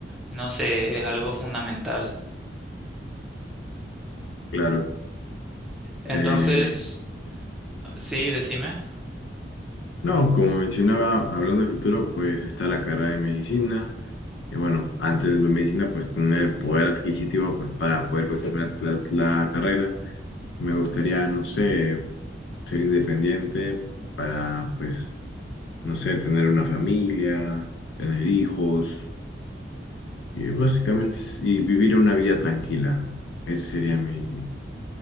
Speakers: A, in the centre; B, on the left.
A: no sé, es algo fundamental.
B: Claro.
A: Entonces,
B: Eh,
A: sí, decime.
B: no, como mencionaba, hablando de futuro, pues está la carrera de medicina. Y bueno, antes de medicina, pues tener el poder adquisitivo pues para poder conseguir la la- la carrera. Me gustaría, no sé, ser independiente para, pues, no sé, tener una familia, tener hijos y básicamente es- y vivir una vida tranquila. Esa sería mi,